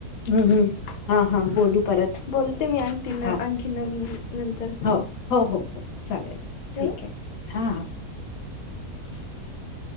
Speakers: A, on the left; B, on the left.
A: हम्म
B: <unintelligible>
A: हा हा बोलू परत
B: बोलते मी आणखीन
A: हा
B: आणखीन नवीन नंतर
A: हो हो हो हो चालेल ठीक
B: ठेवू?
A: आहे हा हा
B: <unintelligible>